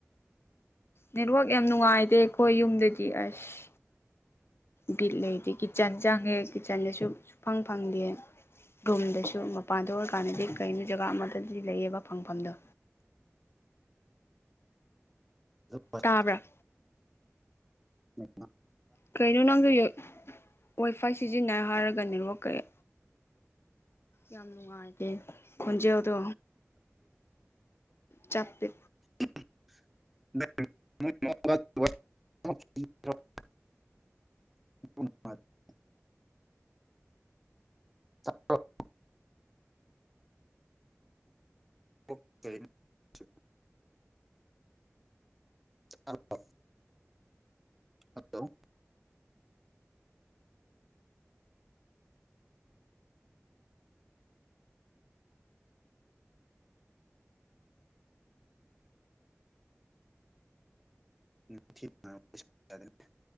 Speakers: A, on the left (about 50°); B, in the centre.
A: ꯅꯦꯠꯋꯥꯛ ꯌꯥꯝ ꯅꯨꯡꯉꯥꯏꯇꯦ ꯑꯩꯈꯣꯏ ꯌꯨꯝꯗꯒꯤ ꯑꯁ ꯕꯤꯠ ꯂꯩꯇꯦ ꯀꯤꯠꯆꯟ ꯆꯪꯉꯦ ꯀꯤꯠꯆꯟꯗꯁꯨ ꯁꯨꯐꯪ ꯐꯪꯗꯦ꯫ ꯔꯨꯝꯗꯁꯨ ꯃꯄꯥꯟꯗ ꯑꯣꯏꯔꯀꯥꯟꯗꯗꯤ ꯀꯩꯅꯣ ꯖꯒꯥ ꯑꯃꯗꯗꯤ ꯂꯩꯌꯦꯕ ꯐꯪꯐꯝꯗꯣ꯫
B: <unintelligible>
A: ꯇꯥꯕ꯭ꯔꯥ
B: <unintelligible>
A: ꯀꯩꯅꯣ ꯅꯪꯁꯨ ꯌꯦ ꯋꯥꯏ ꯐꯥꯏ ꯁꯤꯖꯤꯟꯅꯩ ꯍꯥꯏꯔꯒ ꯅꯦꯠ ꯋꯥꯛ ꯀꯩ ꯌꯥꯝ ꯅꯨꯡꯉꯥꯏꯇꯦ ꯈꯣꯟꯖꯦꯜꯗꯣ ꯆꯞꯄꯦ
B: <unintelligible> <unintelligible> <unintelligible> <unintelligible> ꯇꯥ꯭ꯔꯕꫭ ꯍꯜꯂꯣ <unintelligible>